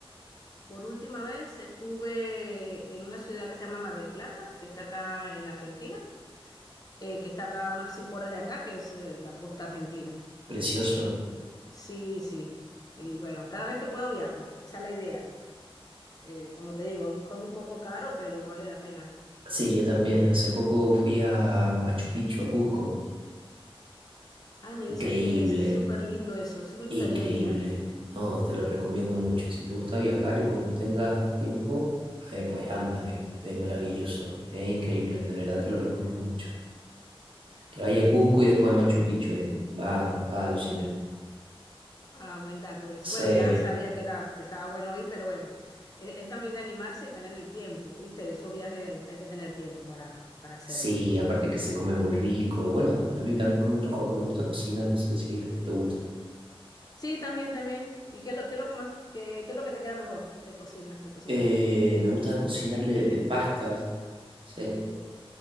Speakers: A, on the left (about 40°); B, on the right (about 60°).
A: Por última vez estuve en una ciudad que se llama Mar del Plata, que está acá en Argentina, eh, que está acá a unas cinco horas de acá, que es eh, la costa argentina.
B: Precioso.
A: Eh, sí, sí. Y bueno, cada vez que puedo viajo. Esa es la idea. Eh, como te digo, un hobby un poco caro, pero vale la pena.
B: Sí, yo también. Hace poco fui a Machu Picchu, a Cusco.
A: Ay, me dicen
B: Increíble,
A: que es súper lindo eso. Sí me gustaría
B: increíble.
A: ir, ¿ah?
B: No, te lo recomiendo mucho. Si te gusta viajar y cuando tengas tiempo, eh, pues anda, eh, es maravilloso, es increíble, de verdad te lo recomiendo mucho. Que vaya
A: Muy
B: a Cusco
A: Bien.
B: y después a Machu Picchu, eh, va, va a alucinar.
A: Ah, buen dato ese.
B: Sí,
A: Bueno, ya sabía que era, que estaba bueno ir, pero bueno. Es, es también de animarse y tener el tiempo, ¿viste? De Esos viajes hay que tener tiempo para, para hacerlo.
B: sí, aparte que se come muy rico. Bueno, ta- a mí también como otro joven me gusta cocinar, no sé si a ti te gusta.
A: Sí, también, también. ¿Y qué es lo, qué es lo que más, qué, qué es lo que te queda mejor de cocinar, de cocinar?
B: Eh, me gusta cocinarle eh, pastas, sí.